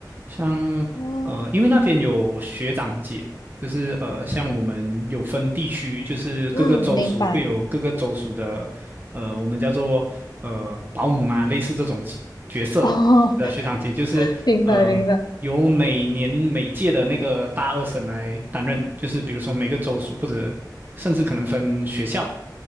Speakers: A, on the right; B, on the left.
A: 像，
B: 哦，
A: 呃，因为那边有学长姐，就是呃，像我们有分地区，就是各个州属会有各个州属的，
B: 嗯，明白。
A: 呃，我们叫做呃保姆嘛，类似这种角色。
B: 哦，<laughs>
A: 呃学长姐，就是呃由每年每届的那个大二审来担任，
B: 明白明白。
A: 就是比如说每个州属或者甚至可能分学校，